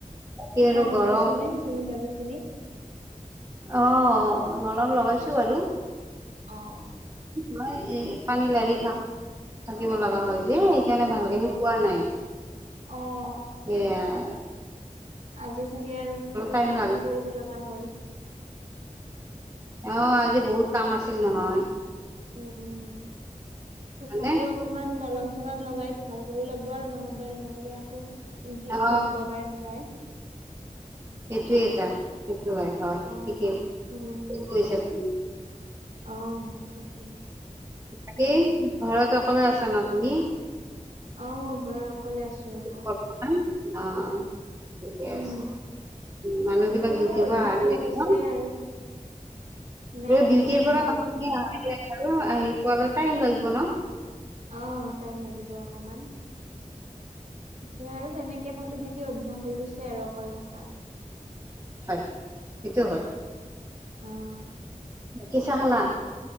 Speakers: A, on the right (about 25°); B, on the right (about 55°).
A: বাকী
B: কিবা
A: আৰু
B: লগাইছে
A: গৰম
B: নে এইখিনি জাগা খিনিত?
A: অ', মলম লগাইছো বাৰু।
B: অ' অ'
A: নহয়, এ পানী লাৰি থাক-থাকিব লগা হয় যে, সেইকাৰণে ভালকে শুক শুকুৱা নাই,
B: অ অ অ
A: সেয়াই আৰু।
B: আজি চাগে আৰু বহুত
A: টাইম
B: কামো
A: লাগে
B: কৰিব লগা হ'ল?
A: অ', আজি বহুত কাম আছিল নহয়।
B: উম উম, তথাপিও
A: মানে
B: অকমান মলম চ চলম লগাই ভাল কৰি ল'ব আৰু নহ'বা-নহ'লে আকৌ ইনফেকচন
A: অ
B: হ'ব পাৰে নহয়। <inaudible>
A: সেইটোয়ে এটা, সেইটো হয় হয়,
B: অ।
A: ঠিকেই,
B: উম
A: ঠিকেই কৈছা তুমি।
B: অ', তাকে
A: বাকী, ঘৰত অকলে আছা ন তুমি?
B: অ', ঘৰত অকলে আছো ৰ'ব।
A: বৰ্তমান অ' ঠিকে
B: উম,
A: আছে, মানুহ বিলাক
B: এতিয়া
A: ডিউটিৰ
B: আৰু অভ্যাস
A: পৰা আহি
B: হৈ
A: একদম
B: গৈছে আৰু। নাই
A: এই ডিউটিৰ
B: নাই আহি
A: পৰা
B: পোৱা
A: আৰু
B: নাই।
A: আহি পোৱালে টাইম লাগিব ন।
B: অ' টাইম লাগিব অকমান। এতিয়া আৰু তেনেকে থাকি থাকি অভ্যাস হৈ গৈছে আৰু অকলে থাকাৰ।
A: হয়, সেইটো হয়।
B: অহ'
A: বাকি, চাহ খালা?